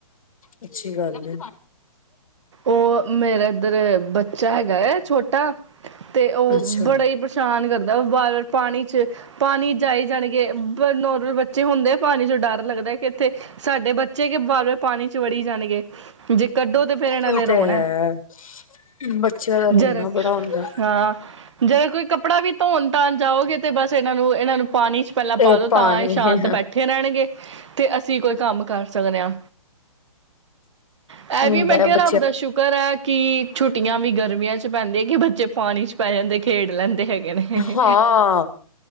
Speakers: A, on the left (about 70°); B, on the right (about 55°).
A: ਅੱਛੀ ਗੱਲ ਹੈ
B: ਉਹ ਮੇਰਾ ਇੱਧਰ ਬੱਚਾ ਹੈਗਾ ਹੈ ਛੋਟਾ ਤੇ ਉਹ
A: ਅੱਛਾ
B: ਬੜਾ
A: ਹੂੰ
B: ਹੀ ਪਰੇਸ਼ਾਨ ਕਰਦਾ ਵਾਰ ਵਾਰ ਪਾਣੀ ਚ ਪਾਣੀ ਜਾਈ ਜਾਣਗੇ ਨੋਰਮਲ ਬੱਚੇ ਹੁੰਦੇ ਪਾਣੀ ਚੋਂ ਡਰ ਲੱਗਦਾ ਕਿ ਇੱਥੇ ਸਾਡੇ ਬੱਚੇ ਕਿ ਵਾਰ ਵਾਰ ਪਾਣੀ ਚ ਵੜੀ ਜਾਣਗੇ ਜੇ ਕੱਢੋ ਫਿਰ ਇਹਨਾਂ
A: ਉਹ
B: ਨੇ
A: ਤੇ
B: ਰੋਣਾ
A: ਹੈ ਬੱਚਿਆਂ ਦਾ
B: ਜਰ
A: ਰੋਣਾ ਬੜਾ ਹੁੰਦਾ
B: ਹਾਂ ਜਦ ਕੋਈ ਕੱਪੜਾ ਵੀ ਧੋਣ ਧਣ ਜਾਓਗੇ ਤੇ ਬਸ ਇਹਨਾਂ ਨੂੰ ਇਹਨਾਂ ਨੂੰ ਪਾਣੀ ਚ ਪਹਿਲਾਂ
A: ਤੇ
B: ਪਾਲੋ
A: ਪਾਣੀ
B: ਤਾਂ ਇਹ ਸ਼ਾਂਤ
A: ਹੂੰ
B: ਬੈਠੇ ਰਹਿਣਗੇ ਤੇ ਅਸੀਂ ਕੋਈ ਕੰਮ ਕਰ ਸਕਦੇ ਹਾਂ ਇਹ
A: ਹੁੰਦਾ
B: ਵੀ ਮੈਂ ਕਿਹਾ
A: ਆ ਬ
B: ਰੱਬ ਦਾ ਸ਼ੁਕਰ ਹੈ ਕਿ ਛੁ ਛੁਟੀਆਂ ਵੀ ਗਰਮੀਆਂ ਚ ਪੈਂਦੀਆਂ ਕਿ ਬੱਚੇ ਪਾਣੀ ਚ ਪੈ ਜਾਂਦੇ ਖੇਡ ਲੈਂਦੇ ਹੈਗੇ ਨੇ
A: ਹਾਂ